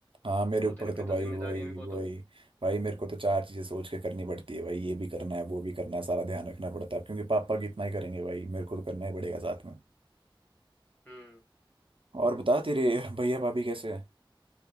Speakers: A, on the right; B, on the left.
A: हाँ मेरे
B: तो
A: ऊपर
B: तेरे
A: तो
B: पे तो
A: भाई
B: जिम्मेदारियां
A: वही
B: भी बहुत
A: वही
B: होगी
A: भाई मेरे को तो चार चीजें सोच के करनी पड़ती है भाई ये भी करना है वो भी करना है सारा ध्यान रखना पड़ता है अब क्योंकि पापा कितना ही करेंगे भाई मेरे को तो करना ही पड़ेगा साथ में
B: हम्म
A: और बता तेरे भैया भाभी कैसे हैं